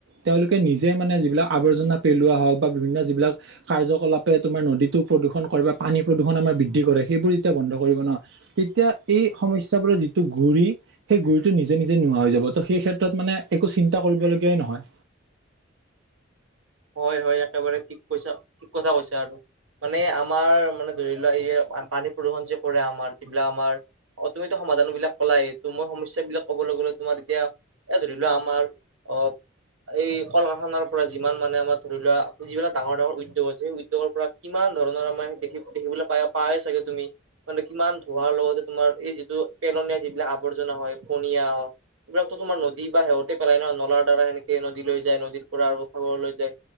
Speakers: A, on the right; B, on the right.
A: তেওঁলোকে নিজে মানে যিবিলাক আৱৰ্জনা পেলোৱা হওক বা বিভিন্ন যিবিলাক কাৰ্যকলাপে তোমাৰ নদীতটো প্ৰদূষণ কৰে বা পানী প্ৰদূষণ আমাৰ বৃদ্ধি কৰে, সেইবোৰ যেতিয়া বন্ধ কৰিব নহয়। তেতিয়া এই সমস্যবোৰৰ যিটো ঘূৰি সেই গুৰিটো নিজে, নিজে নোহোৱা হৈ যাব ত, সেই ক্ষেত্ৰত মানে একো চিন্তা কৰিবলগীয়াই নহয়।
B: হয় হয় একেবাৰে ঠিক কৈছা, ঠিক কথা কৈছে আৰু। মানে আমাৰ মানে ধৰি লোৱা ই পানী প্ৰদূষণ যে কৰে আমাৰ যিবিলাক আমাৰ অ, তুমিতো সমাধান বিলাক কলাই মই সমস্যা বিলাক কবলৈ গ'লে তোমাৰ এতিয়া এ, ধৰি লোৱা আমাৰ অ, এই কলকাৰখানাৰ পৰা যিমান মানে আমাৰ ধৰি লোৱা, যিবিলাক ডাঙৰ, ডাঙৰ উদ্যোগ আছে সেই উদ্যোগৰ পৰা কিমান ধৰণৰ আমাৰ দেখি দেখিবলৈ পাই, পাই চাগে তুমি। মানে কিমান ধোৱাৰ লগতে তোমাৰ এই যিটো পেলনীয়া যিবিলাক আৱৰ্জনা হয় পনীয়া এইবিলাকতো তোমাৰ নদী বা শেহঁতে পেলাই নহয় নলাৰ দ্বাৰা সেনেকেদী লৈ যায়, নদীৰ পৰা আৰু খাগৰ লৈ যায়।